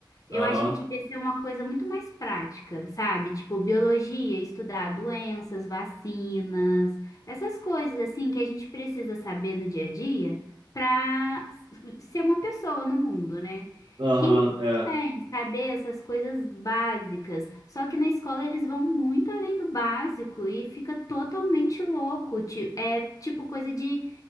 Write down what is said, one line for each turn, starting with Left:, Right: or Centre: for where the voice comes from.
Left: Eu
Right: Aham,
Left: acho que devia ser uma coisa muito mais prática, sabe? Tipo, biologia, estudar doenças, vacinas, essas coisas assim que a gente precisa saber no dia a dia para ser uma pessoa no mundo, né?
Right: aham,
Left: Química
Right: é.
Left: também, saber essas coisas básicas. Só que na escola eles vão muito além do básico e fica totalmente louco. ti- É tipo coisa de,